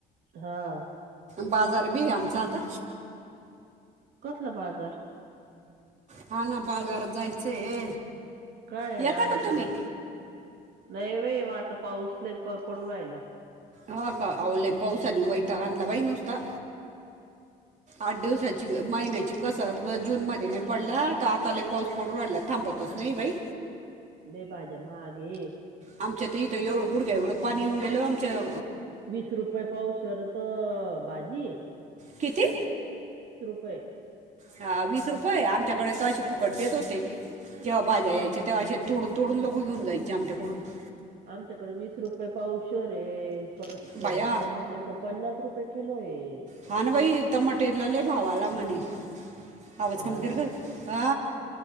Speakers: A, on the right (about 70°); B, on the right (about 45°).
A: हां.
B: बाजार बी आमच आता
A: कसलं बाजार?
B: हां ना बाजार जायचं आहे.
A: काय
B: येता
A: आणती
B: का तुम्ही
A: बा नाही बाई म आता पाऊस लई पडू राहिला.
B: हां का आव पावसानी वैताग आणला बाई नुसता. आठ दिवसाची महिन्याची कसर जर जूनमध्ये नाही पडला तर आता लई पाऊस पडू राहिला थांबतच नाही बाई.
A: लई भाज्या महागये.
B: आमच्या तर इथं एवढं गुढग्या एवढं पाणी येऊन गेलं आमंच्या
A: वीस रुपये पावशेर त भाजी.
B: किती?
A: होय.
B: हां वीस रुपये, आमच्याकडे तर अशी फुकट देत होते. जेव्हा भाज्या यायच्या तेव्हा असे तुडून तुडून लो लोक गाईच्या अंगठ्या <inaudible>
A: आमच्याकडे वीस रुपये पावशेरये, परत
B: बाया
A: टमाटे तर पन्नास रुपये किलो. आहे
B: हां ना बाई, टमाटेला लई भाव आला म्हणे. आवाज
A: हा
B: कमी
A: ना
B: कर ग हा.